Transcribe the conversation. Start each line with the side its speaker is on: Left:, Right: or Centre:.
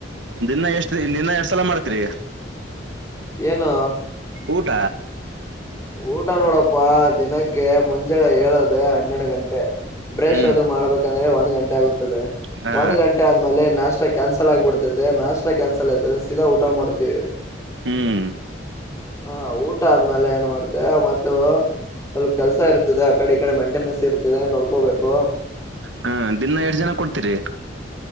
Right: ನಿನ್ನಾ ಎಷ್ಟ ನಿನ್ನ ಎರಡ್ ಸಲ ಮಾಡ್ತಿರಿ.
Left: ಏನು.
Right: ಊಟ.
Left: ಊಟ ನೋಡಪ್ಪಾ ದಿನಕ್ಕೆ ಮುಂಜಳೆ ಹೇಳ್ದ ಹನ್ನೆಡು ಗಂಟೆ. ಬ್ರಷ್
Right: ಹ್ಮ್
Left: ಅದು ಮಾಡ್ಬೇಕಂದ್ರೆ ಒಂದ್ ಗಂಟೆ ಆಗುತ್ತದೆ
Right: ಹಾ
Left: ಒಂದ್ ಗಂಟೆ ಆದ್ಮೇಲೆ ನಾಶ. ನಷ್ಟ ಕ್ಯಾನ್ಸಲ್ ಆಗ್ಬಿಡ್ತೈತೆ ನಾಷ್ಟ ಕ್ಯಾನ್ಸಲ್ ಆಯತೆ ಸೀದಾ ಊಟ ಮಾಡ್ತೀವಿ.
Right: ಹ್ಮ್
Left: ಹಾ ಊಟ ಆದ್ಮೇಲೆ ಏನ್ ಮಾಡ್ತೆ ಮ ಸ್ವಲ್ಪ ಕೆಲ್ಸ ಇರ್ತದೆ ಆ ಕಡೆ ಈ ಕಡೆ ಮೈಂಟೆನೆನ್ಸ್ ಇರ್ತದೆ ನೋಡ್ಕೋಬೇಕು
Right: ಹ್ಮ ದಿನಾ ಎರಡ್ ಜನ ಕೊಡ್ತೀರಿ